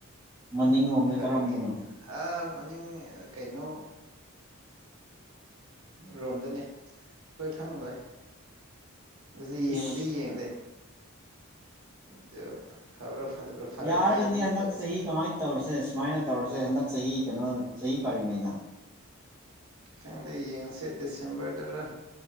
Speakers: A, on the right (about 15°); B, on the right (about 80°).
A: ꯃꯅꯤꯡꯂꯣꯝꯗ
B: ꯐꯔꯦꯗꯤ
A: ꯀꯔꯣꯝꯗꯅꯣ
B: ꯑꯥ ꯃꯅꯤꯡ ꯀꯩꯅꯣ ꯔꯣꯝꯗꯅꯤ ꯑꯩꯈꯣꯏ ꯈꯪꯂꯣꯏ ꯑꯗꯨ ꯌꯦꯡꯕꯗꯤ
A: ꯏꯁ
B: ꯌꯦꯡꯗꯦ <unintelligible> ꯐꯔꯗꯤ
A: ꯌꯥꯔꯒꯗꯤ
B: ꯑꯗꯨꯝ
A: ꯍꯟꯗꯛ
B: ꯇꯧꯁꯤꯔ
A: ꯆꯍꯤ ꯀꯃꯥꯏꯅ ꯇꯧꯔꯁꯦ ꯁꯨꯃꯥꯏꯅ ꯇꯧꯔꯁꯦ ꯍꯟꯗꯛ ꯆꯍꯤ ꯀꯩꯅꯣ ꯆꯍꯤ ꯐꯔꯤꯉꯩꯗ
B: ꯈꯪꯗꯦ ꯌꯦꯡꯉꯁꯦ ꯗꯤꯁꯦꯝꯕꯔꯗꯔ